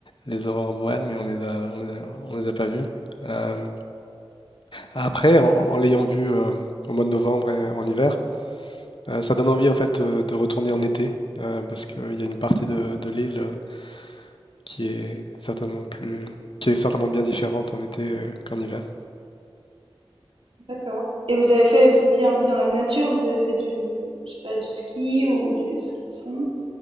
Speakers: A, on the left (about 55°); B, on the right (about 65°).
A: les aurores boréales, mais on les a, on les a, on les a pas vues. Euh, Après, en, en l'ayant vu euh, au mois de novembre et en hiver, euh, ça donne envie en fait euh, de retourner en été euh, parce qu'il y a une partie de, de l'île euh, qui est certainement plus, qui est certainement bien différente en été euh, qu'en hiver.
B: <laughs> d'accord. Et vous avez fait, vous étiez un peu dans la nature, vous avez fait du, je sais pas, du ski ou du ski de fond?